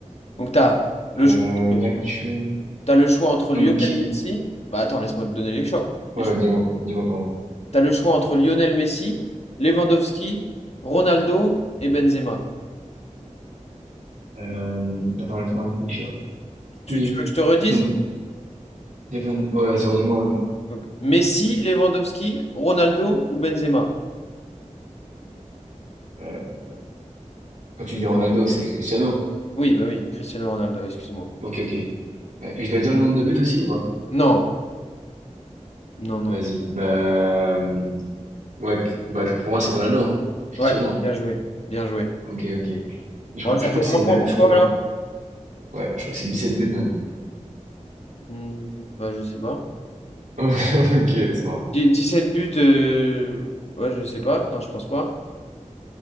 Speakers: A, on the left (about 55°); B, on the right (about 80°).
A: Donc, tu as le
B: Euh,
A: choix entre,
B: l'actu.
A: t'as le choix entre
B: Donc,
A: Lionel
B: qui?
A: Messi. Bah attends, laisse-moi te donner les choix. Les
B: Ouais,
A: choix.
B: dis-moi, dis-moi, pardon.
A: Tu le choix entre Lionel Messi, Lewandowski, Ronaldo et Benzema.
B: Euh, attends, laisse-moi réfléchir.
A: Tu,
B: Qui?
A: tu veux que je te redise?
B: Donc, Evan. Ouais, vas-y, redis-moi, redis-moi.
A: Donc, Messi, Lewandowski, Ronaldo ou Benzema?
B: Euh, quand tu dis Ronaldo, c'est Cristiano.
A: Oui, bah oui, Cristiano Ronaldo, excuse-moi.
B: Ok, ok. Euh, Et je dois dire le nombre de buts aussi ou pas?
A: Non, non,
B: Vas-y.
A: non, non.
B: Bah, euh, ouais, c- bah, pour moi, c'est Ronaldo, hein. Cristiano.
A: Ouais, bien joué, bien joué.
B: hein. Ok, ok. Je crois,
A: Bon, ça
B: que- je crois
A: fait
B: que c'est
A: un point
B: même,
A: pour
B: je crois,
A: toi
B: ouais,
A: alors?
B: je crois que c'est 17 buts même.
A: Hmm, bah je sais pas.
B: <laughs> Ok, c'est pas grave.
A: Dix- sept buts, euh, ouais, je sais pas. Non, je pense pas.